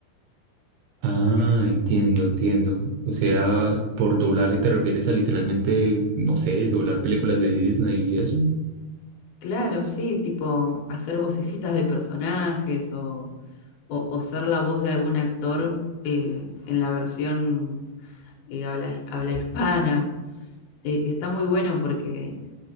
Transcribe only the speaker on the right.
Ah, entiendo, entiendo. O sea, por doblaje te refieres a literalmente, no sé, doblar películas de Disney y eso.